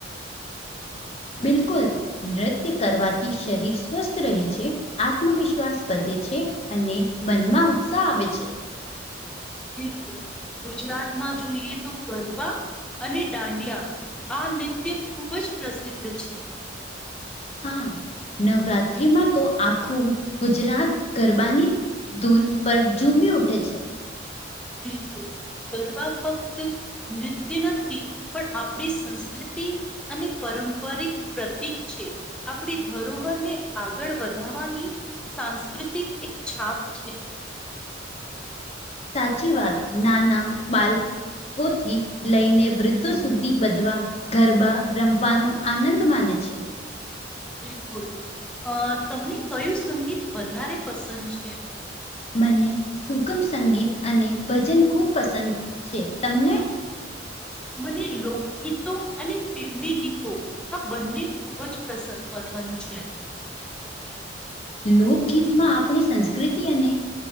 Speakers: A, on the left; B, in the centre.
A: બિલકુલ નૃત્ય કરવાથી શરીર સ્વસ્થ રહે છે. આત્મવિશ્વાસ વધે છે અને મનમાં ઉત્સાહ આવે છે.
B: બિલકુલ ગુજરાતમાં જોઈએ તો ગરબા અને દાંડિયા આ નૃત્ય ખૂબ જ પ્રસિદ્ધ છે.
A: હા નવરાત્રીમાં તો આખું ગુજરાત ગરબાની ધૂન પર ઝૂમી ઉઠે છે.
B: બિલકુલ ગરબા ફક્ત નૃત્ય નથી. પણ આપણી સંસ્કૃતિ અને પરંપરિક પ્રતિક છે. આપણી ધરોહરને આગળ વધાવાની સાંસ્કૃતિક એક છાપ છે.
A: સાચી વાત નાના બાલ. થી લઈને વૃદ્ધો સુ્ધી બધવા. ગરબા રમવાનો આનંદ માને છે.
B: બિલકુલ અ તમને કયું સંગીત વધારે પસંદ છે.
A: મને સુગમ સંગીત અને ભજન ખૂબ પસંદ છે તમને.
B: મને લોકગીતો અને ફિલ્મી ગીતો. આ બંને ખુબ જસ પસંદ છે.
A: લોકગીત માં આપણી સંસ્કૃતિ અને.